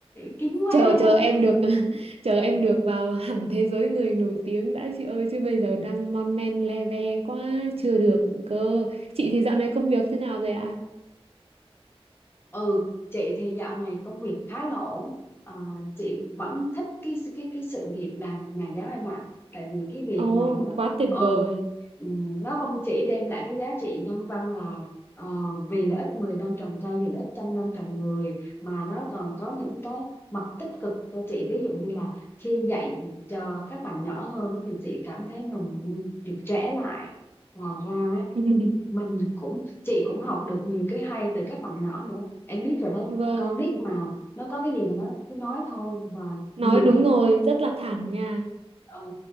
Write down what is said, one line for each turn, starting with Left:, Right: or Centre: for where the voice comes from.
Left: Kín quá
Right: chờ
Left: ha.
Right: chờ em được <laughs> chờ em được vào hẳn thế giới người nổi tiếng đã chị ơi chứ bây giờ đang mon men le ve quá chưa được cơ chị thì dạo này công việc thế nào rồi ạ
Left: Ừ, chị thì dạo này công việc khá là ổn. Ờ, chị vẫn thích cái cái cái sự nghiệp làm nhà giáo em ạ. Tại vì cái việc
Right: ồ
Left: này á,
Right: quá tuyệt
Left: ừ,
Right: vời
Left: ừm, nó không chỉ đem lại cái giá trị nhân văn là ờ, vì lợi ích 10 năm trồng cây, vì lợi ích trăm năm trồng người mà nó còn có những cái mặt tích cực cho chị. Ví dụ như là khi dạy cho các bạn nhỏ hơn á, thì chị cảm thấy mình như được trẻ lại. Ngoài ra
Right: <laughs>
Left: mình cũng chị cũng học được nhiều cái hay từ các bạn nhỏ nữa em biết rồi đấy
Right: vâng
Left: con nít mà nó có cái gì mà nó cứ nói thôi mà
Right: nói
Left: nhiều
Right: đúng
Left: khi
Right: rồi rất là thẳng nha
Left: ừ,